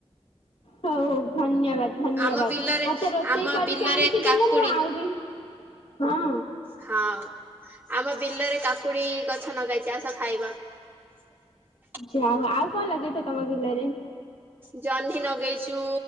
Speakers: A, on the left; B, on the right.
A: ହଉ ହଉ ଧନ୍ୟବାଦ ଧନ୍ୟବାଦ।
B: ଆମ ବିଲରେ
A: ମତେ ରୋଷେଇ
B: ଆମ
A: କରିକି
B: ବିଲରେ
A: ଆଣିକି
B: କାକୁଡି
A: ଦେଲେ ମୁଁ ଆଉରି ହଁ।
B: ହଁ। ଆମ ବିଲରେ କାକୁଡି ଗଛ ନଗାହେଇଚି ଆସ ଖାଇବ। ହ <inaudible>
A: ଯାଅଉ ଆଉ କଣ ଲଗେଇଚ ତମ ବିଲରେ?
B: ଜହ୍ନି ନଗେଇଚୁ଼,